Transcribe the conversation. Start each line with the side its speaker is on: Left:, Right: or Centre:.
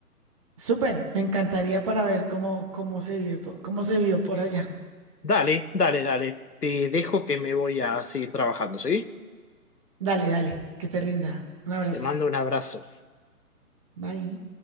Right: Súper, me encantaría para ver cómo, cómo se vive, po- cómo se vivió por allá.
Left: Dale, dale, dale. Te dejo que me voy a seguir trabajando, ¿sí?
Right: Dale, dale, que te rinda. Un abrazo.
Left: Te mando un abrazo.
Right: Bye.